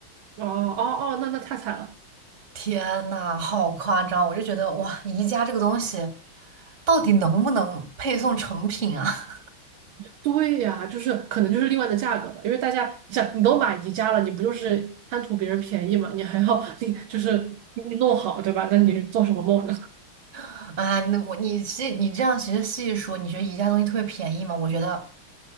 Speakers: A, on the right; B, on the right.
A: 哦哦哦，那那太惨了。
B: 天呐，好夸张！我就觉得哇，宜家这个东西到底能不能配送成品啊？
A: 对呀，就是可能就是另外的价格吧，因为大家你想，你都买宜家了，你不就是贪图别人便宜嘛？你还要你就是你弄好，对吧？那你做什么梦呢？
B: <laughs> 啊，那我你细你这样其实细一说，你觉得宜家东西特别便宜吗？我觉得